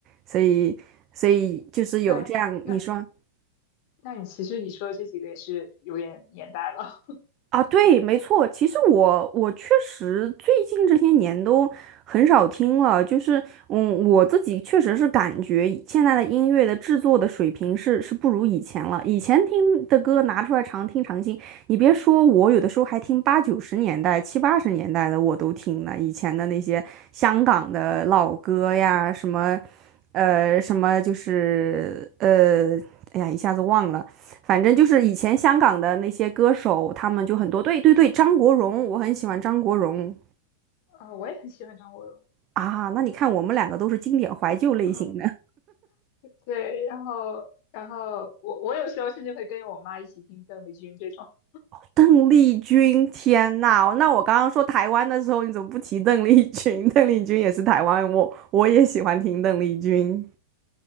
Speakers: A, on the right; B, on the left.
A: 所以所以就是有这样，
B: 那那
A: 你说。
B: 那你其实你说的这几个也是有点年代了。
A: 啊，对，没错。其实我我确实最近这些年都很少听了，就是嗯，我自己确实是感觉现在的音乐的制作的水平是是不如以前了。以前听的歌拿出来常听常新，你别说我有的时候还听八九十年代、七八十年代的我都听了。以前的那些香港的老歌呀，什么呃什么就是呃，哎呀，一下子忘了。反正就是以前香港的那些歌手，他们就很多。对对对，张国荣，我很喜欢张国荣
B: 啊，我也很喜欢张国荣。
A: 啊。那你看，我们两个都是经典怀旧类型的。
B: 嗯，对，然后然后我我有时候甚至会跟着我妈一起听邓丽君这种。
A: <laughs> 邓丽君，天呐，那我刚刚说台湾的时候，你怎么不提邓丽君？<laughs> 邓丽君也是台湾，我我也喜欢听邓丽君。